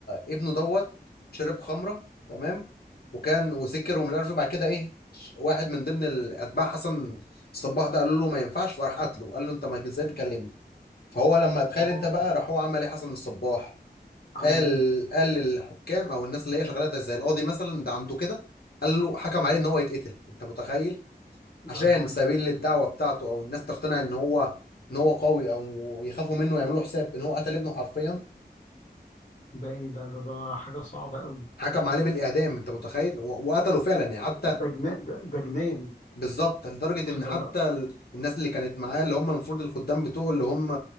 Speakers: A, on the left; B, on the left.
A: ابنه دوت شرب خمرة تمام وكان وسكر ومش عارف إيه. بعد كده ايه ش- واحد من ضمن الاتباع حسن الصباح ده قال له ما ينفعش فراح قتله قال له انت ما ازاي تكلمني فهو لما
B: اه
A: اتخيل انت بقى راح هو عمل ايه حسن الصباح
B: عمل
A: قال
B: ايه
A: قال للحكام او الناس اللي هي شغاله زي القاضي مثلا ده عنده كده قال له حكم عليه ان هو يتقتل انت متخيل
B: يا
A: عشان
B: نهاري
A: سبيل للدعوه بتاعته او الناس تقتنع ان هو ان هو قوي او يخافوا منه ويعملوا له حساب ان هو قتل ابنه حرفيا
B: ده ايه ده ده, ده حاجة صعبة قوي
A: حكم عليه بالاعدام انت متخيل و- وقتله فعلا يعني حتى
B: ده جنان ده, ده جنان
A: بالظبط لدرجه ان
B: ده
A: حتى
B: لا
A: ال- الناس اللي كانت معاه اللي هم المفروض الخدام بتوعه اللي هم